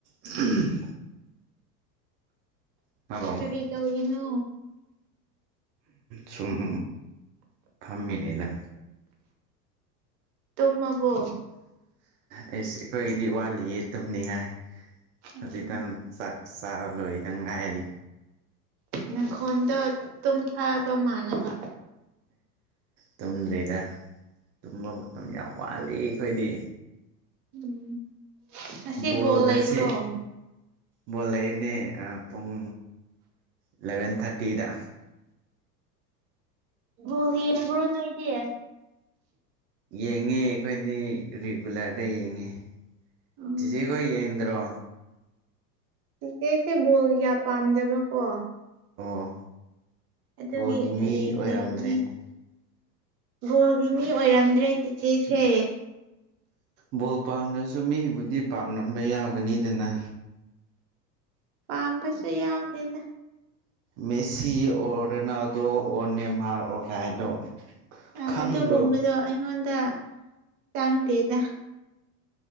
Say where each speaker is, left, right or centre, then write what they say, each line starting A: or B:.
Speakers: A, on the right; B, on the right.
A: ꯎꯝ hello
B: ꯀꯔꯤ ꯇꯧꯔꯤꯅꯣ
A: ꯁꯨꯝ ꯐꯝꯃꯤꯅꯤꯗ
B: ꯇꯨꯝꯃꯕꯣ
A: ꯑꯩꯁ ꯑꯩꯈꯣꯏꯒꯤꯗꯤ ꯋꯥꯠꯂꯤꯌꯦ ꯇꯨꯝꯅꯤꯡꯉꯥꯏ
B: ꯎꯝ
A: ꯍꯧꯖꯤꯛꯇꯪ ꯆꯥꯛ ꯆꯥꯕ ꯂꯣꯏꯗ ꯉꯥꯏꯔꯤ
B: ꯅꯈꯣꯟꯗꯣ ꯇꯨꯝꯊꯥꯕ ꯃꯥꯜꯂꯕ
A: ꯇꯨꯝꯗ꯭ꯔꯤꯗ ꯇꯨꯝꯕ ꯃꯇꯝ ꯌꯥꯝ ꯋꯥꯠꯂꯤ ꯑꯩꯈꯣꯏꯗꯤ
B: ꯎꯝ ꯉꯁꯤ
A: ꯕꯣꯜꯒꯁꯦ
B: ꯕꯣꯜ ꯂꯩꯕ꯭ꯔꯣ
A: ꯕꯣꯜ ꯂꯩꯕꯅꯦ ꯄꯨꯡ ꯏꯂꯚꯦꯟ ꯊꯥꯔꯇꯤꯗ
B: ꯕꯣꯜ ꯌꯦꯡꯕꯔꯣ ꯅꯣꯏꯗꯤ
A: ꯌꯦꯡꯉꯦ ꯑꯩꯈꯣꯏꯗꯤ ꯔꯤꯒꯨꯂꯔꯗ ꯌꯦꯡꯉꯦ
B: ꯎꯝ
A: ꯆꯦꯆꯦꯈꯣꯏ ꯌꯦꯡꯗꯔꯣ
B: ꯆꯦꯆꯦꯁꯦ ꯕꯣꯜ ꯀꯌꯥ ꯄꯥꯝꯗꯕ ꯀꯣ
A: ꯑꯣ
B: ꯑꯗꯨꯒꯤ
A: ꯕꯣꯜꯒꯤ ꯃꯤ
B: ꯌꯦꯡꯗꯔꯤꯅꯦ
A: ꯑꯣꯏꯔꯝꯗ꯭ꯔꯦꯅꯦ
B: ꯕꯣꯜꯒꯤ ꯃꯤ ꯑꯣꯏꯔꯝꯗ꯭ꯔꯦ ꯆꯦꯆꯦꯁꯦ
A: ꯕꯣꯜ ꯄꯥꯝꯗ꯭ꯔꯁꯨ ꯃꯤꯕꯨꯗꯤ ꯄꯥꯝꯂꯝꯕ ꯌꯥꯎꯒꯅꯤꯗꯅ
B: ꯄꯥꯝꯕꯁꯨ ꯌꯥꯎꯗꯦꯗ
A: Messi or Ronaldo or Neymar or <unintelligible>
B: ꯑ
A: ꯈꯪꯗ꯭ꯔꯣ
B: ꯑꯗꯨꯒꯨꯝꯕꯗꯣ ꯑꯩꯉꯣꯟꯗ ꯆꯪꯗꯦꯗ